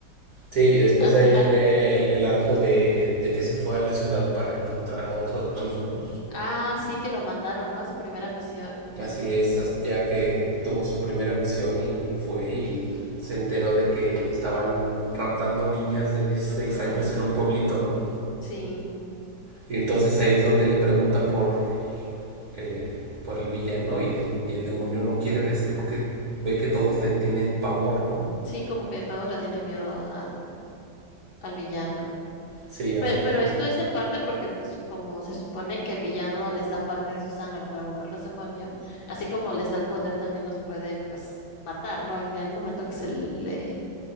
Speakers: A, on the right; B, on the left.
A: Sí, y después
B: Al-
A: de ahí viene
B: al-
A: el, el arco de, de que se fue a la ciudad para encontrar a otro demonio, ¿no?
B: ah, sí que lo mandaron, ¿no? A su primera misión.
A: Así es, as- ya que tuvo su primera misión y fue y se enteró de que estaban raptando niñas de dieciséis
B: Ujú,
A: años en un pueblito, ¿no?
B: Sí,
A: Y entonces ahí es donde le pregunta por, eh, por el villano y el, y el demonio no quiere decir porque ve que todos le tienen pavor, ¿no?
B: sí, como que todos le tienen miedo al, al villano.
A: Sí, ah,
B: Pero, pero esto es en parte porque, pues, como se supone que el villano les da parte de su sangre para volverlos demonio, así como les da el poder, también los puede, pues, matar, ¿no? En el momento que se le